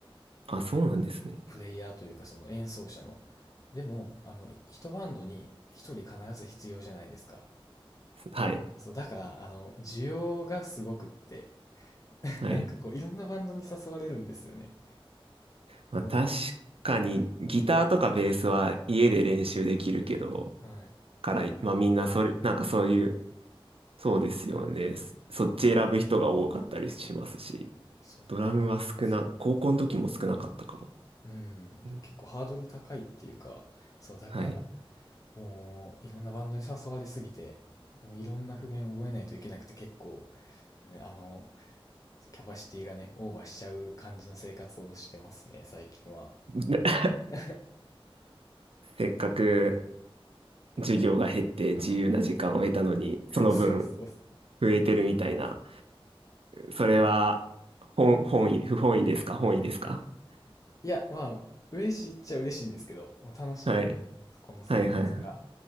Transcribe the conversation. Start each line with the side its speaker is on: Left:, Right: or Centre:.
Right: あ、
Left: あの、
Right: そうなんですね。
Left: プレイヤーというかその演奏者の。でも、あの、一バンドに一人必ず必要じゃないですか。
Right: はい。
Left: そう、だから、あの、需要がすごくって、<laughs>
Right: はい。
Left: なんかこう、いろんなバンドに誘われるんですよね。
Right: まあ、
Left: も
Right: 確かにギターとかベースは家で練習できるけど、
Left: う、はい。はい。
Right: から、まあみんなそれ、なんかそういう、そうですよね。そそっち選ぶ人が多かったりしますし、
Left: そう、
Right: ドラムは少な、
Left: だから、そ
Right: 高校の時も少なかったかも。
Left: ううん、
Right: うん
Left: 結構ハードル高いっていうか、そう、だから、
Right: はい。
Left: もう、いろんなバンドに誘われすぎて、もういろんな譜面覚えないといけなくて結構、ね、あの、キャパシティがね、オーバーしちゃう感じの生活をしてますね、最近は。
Right: <laughs>
Left: <laughs>
Right: せっかく授業が減って自由な時間を得たのに、その分
Left: そうそうそう。
Right: 増えてるみたいな。それは本、本意、不本意ですか本意ですか
Left: いや、まあ、嬉しいっちゃ嬉しいんですけど、もう楽しいんで、
Right: はい。
Left: この生活が。
Right: はいはいはい。